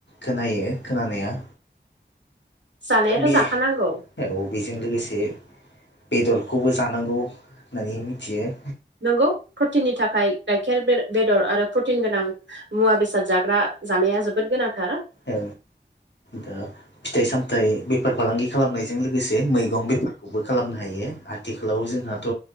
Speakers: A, on the left; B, on the right.
A: खोनायो खोनानाया।
B: जानायाथ'
A: दा बे
B: जाखानांगौ।
A: औ बेजों लोगोसे बेदरखौबो जानांगौ होननानै मिथियो।
B: नंगौ प्रटिननि थाखाय गाइखेर बेदर आरो प्रटिन गोनां मुवा बेसाद जाग्रा जानाया जोबोद गोनांथार।
A: ए दा फिथाइ सामथाइ बेफार फालांगि खालामनायजों लोगोसे मैगं बेफारखौबो खालामनो हायो आरो। आथिखालाव जोंहाथ'